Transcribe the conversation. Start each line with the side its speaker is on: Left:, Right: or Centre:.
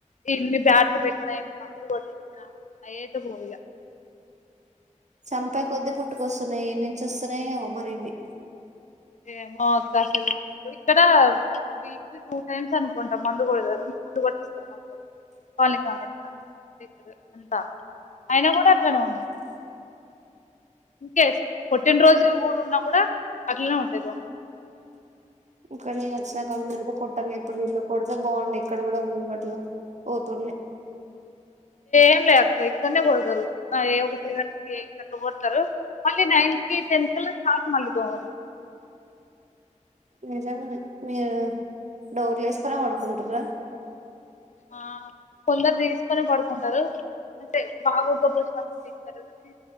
Left: ఇన్ని బ్యాట్లు పెట్టినా ఎన్ని మందులు కొట్టించిన అయ్యాయితే బోవు ఇగ
Right: చంపే కొద్ది పుట్టుకొస్తున్నయ్ ఏనుంచి వస్తున్నయెమో మరివ్వి
Left: ఏమో అక్క అసలు ఇక్కడా వీక్లీ టూ టైమ్స్ అను మొన్న మందు కొడతారు మందు కొట్టిస్తారు కాలే కాలే అంత అంతా అయినా కూడా అట్లనే ఉన్నాయి. ఇన్ కేస్ పుట్టినరోజు లో కూడా ఉన్నా కూడా అట్లనే ఉం తెరుదోమ.
Right: ఇక్కడ నేన్ వచ్చిన కంచ్ కూడ కొటంగా ఎప్పుడు చుల్లే కొడుతే బాగుండ్ ఇక్కడ కూడా బన్వట్ల పోతుంది
Left: ఎంలే అక్క ఎక్కన్నే కొడుతారు ఏ ఒక పిల్లగాని కేక్ అట్లా కొత్తరు మళ్ళీ నైన్ కి ఇ టెన్త్ కళ్ళ స్టాట్ మళ్ళి దోమలు
Right: నిజంగనే మీరు డోర్లు వేసుకోనే పడుకుంటారా
Left: ఆ కొందరు తీసుకొనే పడుకుంటారు అంటే బాగా ఊఉకపోసీనప్పుడు తీస్తారుకాని